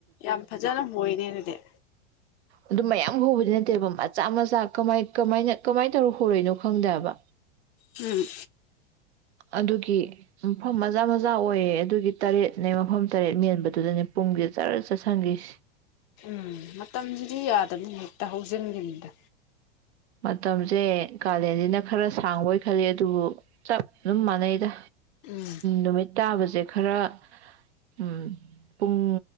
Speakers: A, on the left; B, on the right.
A: ꯌꯥꯝ ꯐꯖꯅ ꯍꯣꯏꯅꯦ ꯑꯗꯨꯗꯤ
B: ꯑꯗꯨꯝ ꯃꯌꯥꯝ ꯍꯣꯕꯗꯤ ꯅꯠꯇꯦꯕ ꯃꯆꯥ ꯃꯆꯥ ꯀꯃꯥꯏ ꯀꯃꯥꯏꯅ ꯀꯃꯥꯏ ꯇꯧꯔ ꯍꯣꯔꯤꯅꯣ ꯈꯪꯗꯦꯍꯥꯏꯕ
A: ꯎꯝ
B: ꯑꯗꯨꯒꯤ ꯃꯐꯝ ꯃꯆꯥ ꯃꯆꯥ ꯑꯣꯏꯌꯦ ꯑꯗꯨꯒꯤ ꯇꯔꯦꯠꯅꯦ ꯃꯐꯝ ꯇꯔꯦꯠ ꯃꯦꯟꯕꯗꯨꯗꯅꯦ ꯄꯨꯡꯖꯦ ꯖꯔ ꯆꯠꯁꯟꯒꯤꯁ°
A: ꯎꯝ ꯃꯇꯝꯖꯤꯗꯤ ꯌꯥꯗꯝꯅꯤ ꯍꯦꯠꯇ ꯍꯧ ꯖꯤꯟꯒꯤꯕꯗ
B: ꯃꯇꯝꯖꯦ ꯀꯥꯂꯦꯟꯁꯤꯅ ꯈꯔ ꯁꯥꯡꯕ ꯑꯣꯏ ꯈꯜꯂꯤ ꯑꯗꯨꯕꯨ ꯆꯞ ꯑꯗꯨꯝ ꯃꯥꯟꯅꯩꯗ
A: ꯎꯝ
B: ꯅꯨꯃꯤꯠ ꯇꯥꯕꯁꯦ ꯈꯔ ꯎꯝ ꯄꯨꯡ